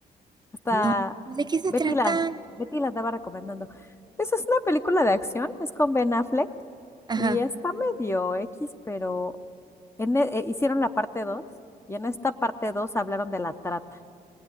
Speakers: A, on the left; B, on the right.
A: Hasta
B: No, ¿De qué se
A: Betty
B: trata?
A: la, Betty la andaba recomendando. Esa es una película de acción, es con Ben Affleck
B: Ajá.
A: y está medio X, pero en e- eh, hicieron la parte 2 y en esta parte 2 hablaron de la trata